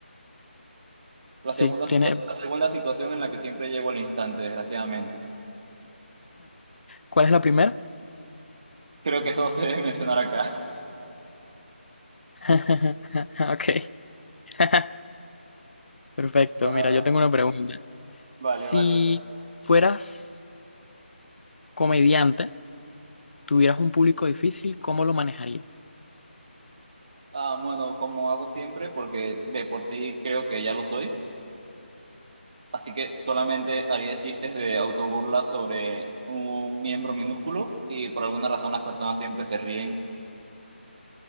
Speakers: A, on the right; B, on the left.
A: La
B: sí.
A: segunda,
B: Tiene...
A: situ- la segunda situación en la que siempre llego al instante, desgraciadamente.
B: ¿Cuál es la primera?
A: Creo que eso no se debe mencionar acá.
B: <laughs> Ok. <laughs> Perfecto.
A: <laughs> Va,
B: Mira,
A: va.
B: yo tengo una pregunta.
A: Vale,
B: Si
A: vale.
B: fueras comediante, tuvieras un público difícil, ¿cómo lo manejarías?
A: Ah, bueno, como hago siempre, porque de por sí creo que ya lo soy, así que solamente haría chistes de autoburla sobre un miembro minúsculo y por alguna razón las personas siempre se ríen.